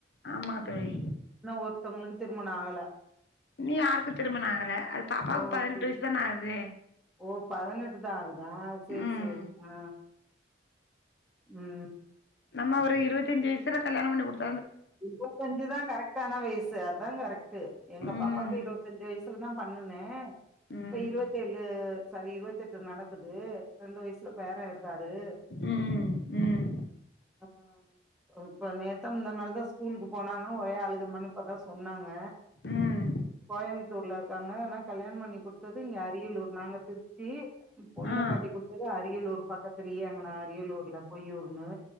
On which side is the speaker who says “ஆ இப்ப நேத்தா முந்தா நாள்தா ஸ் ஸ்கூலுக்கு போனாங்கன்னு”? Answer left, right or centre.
Centre